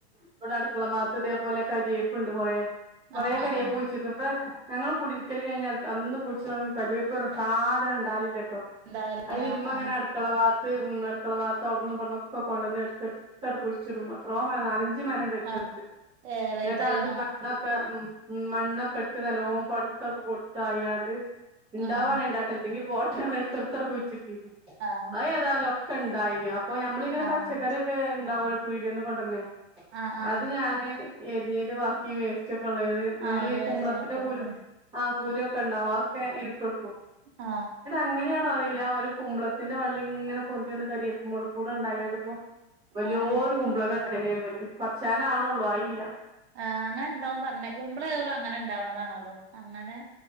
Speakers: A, on the right (about 15°); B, on the right (about 75°).
A: ഇവിടെ അടുക്കള ഭാഗത്ത് ഇതേപോലെ കറിയേപ്പുണ്ട് കുറേ കൊറെ
B: ആഹ്
A: കറിയെപ്പ്
B: ആഹ് ആഹ്
A: വെച്ചിട്ടുണ്ട് ഞങ്ങൾ കുടിയിരിക്കല് കഴിഞ്ഞാൽ അന്ന് കുഴിച്ച കറിയപ്പ പറഞ്ഞ സാധനം ഉണ്ടാവില്ലേ
B: എന്തായാലും
A: അതിൽ ഇമ്മ അങ്ങനെ
B: ആഹ്
A: അടുക്കളവാ ടുക്കള ഭാഗത്തം അവിടുന്നന്ന് പറഞ്ഞൊക്കെ കൊണ്ടന്ന് എടുത്ത്ടുത്ത് അടുൊഴിച്ചിും എത്രോ മരം നാലഞ്ച് മരം ഉണ്ട് അടുത്ത്
B: ആഹ് ആഹ്
A: അടുത്ത്
B: ഏഹ് വലുതായിണോ
A: എന്നട്ട് അത് മണ്ണൊക്കെ ഉം മണ്ണൊക്കെ ഇട്ട് നല്ലോ പര ത്തൊക്കെ കൊടുത്തു അയാണ്ട് ഉണ്ടാവാണേൽ
B: ആഹ്
A: ഉണ്ടാവട്ടെ അല്ലെങ്കി പോട്ട എടുത്ത് ടുത്തു കുഴിച്ചിട്ടീന്ന്
B: ആഹ്
A: ആ ഏതായാലും ഒക്കെ ഉണ്ടായി അപ്പൊ നമ്മളിങ്ങനെ
B: ആഹ് ആഹ്
A: പച്ചക്കറിയൊക്കെ ഉണ്ടാവല്ലോ പീടികന്ന് കൊണ്ട് വരുന്ന
B: ആഹ് ആഹ്
A: അത് ഞാന് എരിഞ്ഞേന്റെ ബാക്കി വേസ്റ്റ് ഒക്കെ ഉള്ളത് നമ്മൾ
B: അയിന്റെ
A: ഈ കുമ്പളത്തിന്റെ
B: വേസ്റ്റ് ഇട്ട് കൊടുക്കണ്
A: കുരു ആ കുരു ഒക്കെ ഉണ്ടവാ <unintelligible>
B: ആ
A: എങ്ങനെയാണോ അറിയില്ല ഒരു കുമ്പളത്തിന്റെ വള്ളി ഇങ്ങനെ പൊന്തി ഒന്ന് കരിയക്കുമ്പോടെ കൂടെ ഇണ്ടായിണ്ട്പ്പോ വലിയൊരു
B: ആഹ്
A: കുമ്പളങ്ങ ഉണ്ട് അതില് മേല് പറിച്ചാനാണള്ളൂ ആയില്ല
B: ആ അങ്ങനെ ഉണ്ടാവും പറഞ്ഞേ കുമ്പള കയറും അങ്ങനെ ഉണ്ടാവണതാണല്ലോ അങ്ങനെ